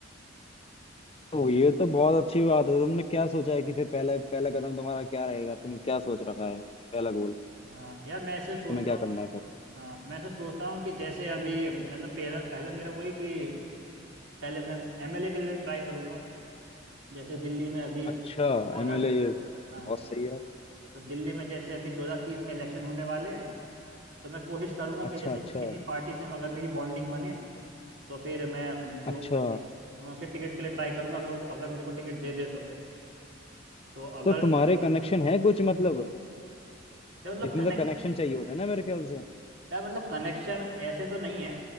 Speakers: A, on the left; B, on the right.
A: तो ये तो बहुत अच्छी बात है तुमने क्या सोचा है कि फिर पहला पहला कदम तुम्हारा क्या रहेगा तुमने क्या सोच रखा है पहला गोल
B: हाँ यार मैं ऐसे सोच
A: तुम्हें
B: रहा
A: क्या
B: हूँ
A: करना है फिर
B: हाँ मैं ऐसे सोच रहा हूँ कि जैसे अभी मतलब पहला पहले मेरा वही कि पहले मैं एमएलए के लिए ट्राई करूंगा जैसे दिल्ली में अभी
A: अच्छा
B: 2000
A: एमएलए ये
B: हाँ
A: बहुत सही है
B: तो दिल्ली में जैसे अभी 2030 में इलेक्शन होने वाले हैं तो मैं कोशिश करूंगा कि
A: अच्छा
B: जैसे
A: अच्छा
B: किसी पार्टी से अगर मेरी बॉन्डिंग बने तो फिर मैं उनकी
A: अच्छा
B: उसकी- तो मैं उसके टिकट के लिए ट्राई करूंगा अगर वो अगर मेरे को टिकट दे दे तो तो अगर
A: तो तुम्हारे कनेक्शन है कुछ मतलब
B: ये मतलब
A: इसमें
B: कनेक्ट
A: तो कनेक्शन चाहिए होता है ना मेरे ख्याल से
B: यार मतलब कनेक्शन ऐसे तो नहीं है